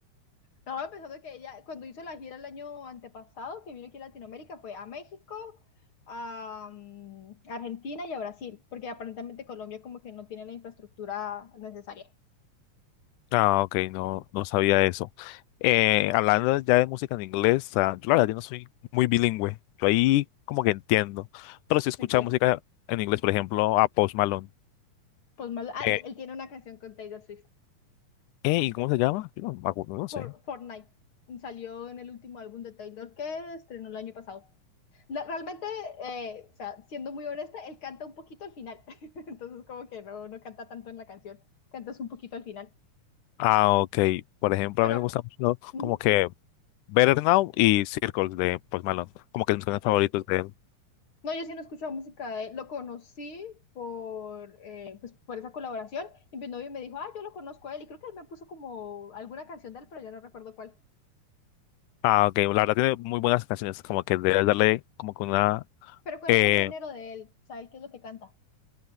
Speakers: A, on the left; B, on the left.
A: Estaba pensando que ella, cuando hizo la gira el año antepasado, que vino aquí a Latinoamérica, fue a México, a mm, Argentina y a Brasil, porque aparentemente Colombia como que no tiene la infraestructura necesaria.
B: Ah, ok, no, no sabía eso. Eh, hablando ya de música en inglés, ah, yo
A: Ujú.
B: la verdad yo no soy muy bilingüe. Yo ahí como que entiendo. Pero si escuchaba
A: Ok.
B: música en inglés, por ejemplo, a Post Malone.
A: Pues mal- ah,
B: Eh,
A: y él tiene una canción con Taylor Swift,
B: eh, ¿y cómo se llama? Yo no, me acuerdo, no
A: For,
B: sé.
A: Fortnite. Salió en el último álbum de Taylor que estrenó el año pasado. La- realmente, eh, o sea, siendo muy honesta, él canta un poquito al final. <laughs> Entonces como que no, no canta tanto en la canción, cantas un poquito al final.
B: Ah, ok. Por ejemplo,
A: Pero,
B: a mí me gusta mucho
A: ujú,
B: como que Better Now y Circles de Post Malone. Como que mis canciones
A: ok.
B: favoritos de él.
A: No, yo sí no escuchaba música de él. Lo conocí por, eh, pues, por esa colaboración. Y mi novio me dijo, ah, yo lo conozco a él. Y creo que él me puso como alguna canción de él, pero ya no recuerdo cuál.
B: Ah, ok. La verdad tiene muy buenas canciones. Como que debes darle como que una...
A: Pero ¿cuál
B: eh,
A: es el género de él? ¿Sabes qué es lo que canta?